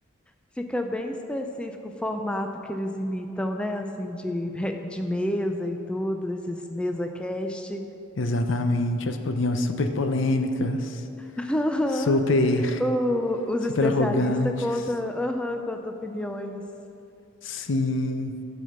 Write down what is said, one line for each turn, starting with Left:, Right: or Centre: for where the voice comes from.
Centre: Fica bem específico o formato que eles imitam, né? Assim, de, re- de mesa e tudo, desses mesa cast.
Left: Exatamente, as podiam ser super polêmicas,
Centre: Aham.
Left: super,
Centre: O- os
Left: super
Centre: especialistas
Left: arrogantes.
Centre: contam, aham, contam opiniões
Left: Sim.